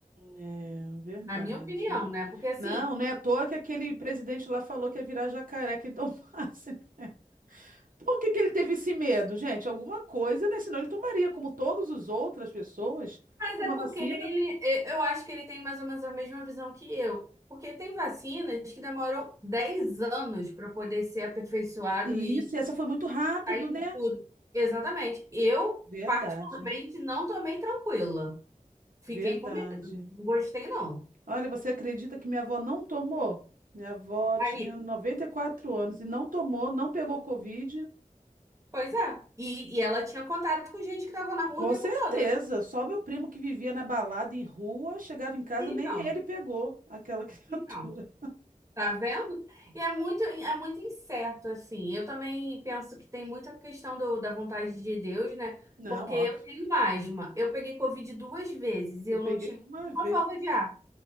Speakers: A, on the right; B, on the right.
A: É, verdade.
B: na minha opinião, né? Porque assim.
A: Não, não é à toa que aquele presidente lá falou que ia virar jacaré quem tomasse. <laughs> Por que que ele teve esse medo, gente? Alguma coisa, né? Senão ele tomaria, como todas as outras pessoas,
B: Mas
A: uma
B: é porque
A: vacina.
B: ele, eu acho que ele tem mais ou menos a mesma visão que eu. Porque tem vacinas que demoram 10 anos para poder ser aperfeiçoado
A: E
B: e
A: isso, e essa foi muito rápido,
B: sair
A: né?
B: de tudo. Exatamente. Eu,
A: Verdade,
B: particularmente, não tomei tranquila. Fiquei
A: verdade.
B: com medo. Não gostei, não.
A: Olha, você acredita que minha avó não tomou? Minha avó
B: Aí,
A: tinha 94 anos e não tomou, não pegou Covid.
B: pois é. E, e ela tinha contato com gente que estava na rua
A: Com
B: o tempo
A: certeza,
B: todo, né?
A: só meu primo que vivia na balada em rua, chegava em casa,
B: Então,
A: nem ele pegou aquela <laughs> criatura.
B: então. Tá vendo? E é muito, é muito incerto, assim. Eu também penso que tem muita questão do, da vontade de Deus, né?
A: Não,
B: Porque
A: óbvio.
B: eu tenho asma. Eu peguei Covid duas vezes e
A: Eu
B: eu
A: peguei
B: não tive
A: uma
B: uma
A: vez.
B: falta de ar.